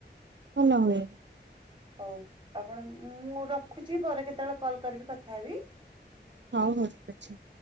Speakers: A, on the right; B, on the right.
A: ଭଲହୁଏ।
B: ହଉ ଆପଣ ମୁଁ ରଖୁଛି ପରେ କେତେବେଳେ କଲ୍ କରିବି କଥା ହେବି।
A: ହଉ ହଉ ଠିକ୍ ଅଛି।